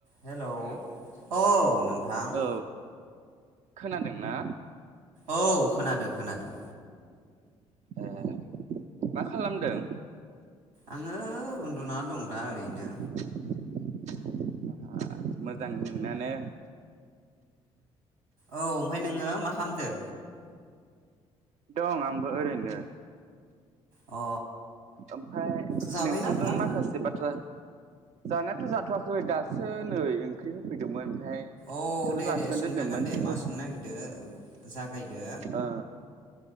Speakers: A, on the right; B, on the right.
A: Hello औ नोंथां
B: औ खोनादोंना
A: औ खोनादो खोनादों
B: ए मा खालामदों
A: आङो उन्दुना दं दा ओरैनो
B: <inaudible> आ मोजां नुनानै
A: औ ओमफ्राय नोङो मा खामदो
B: दं आंबो ओरैनो
A: अ
B: ओमफाय
A: जाबायना
B: नोंथांजों
A: ओंखाम
B: माखासे बाथ जानायाथ' जाथ'वाखै दासो नै ओंख्रि होफैदोंमोन ओमफ्राय
A: औ
B: बेखौनो
A: दे
B: लाखिनानै
A: दे सोंजागोन
B: दोनदोंमोन
A: दे मा
B: दसे
A: सोंनो नागिरदों जागायदो।
B: ओ